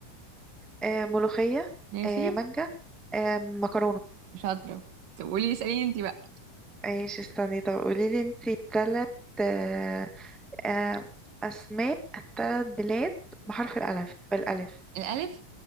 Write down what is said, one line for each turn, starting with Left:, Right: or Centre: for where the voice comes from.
Centre: آه ملوخية
Right: ماشي
Centre: آه مانجا آه مكرونة
Right: شاطرة طب قولي لي اسأليني انت بقى
Centre: ماشي استني طب قوليلي انتي تلات آه آه اسماء تلات بلاد بحرف الألف بالألف
Right: الألف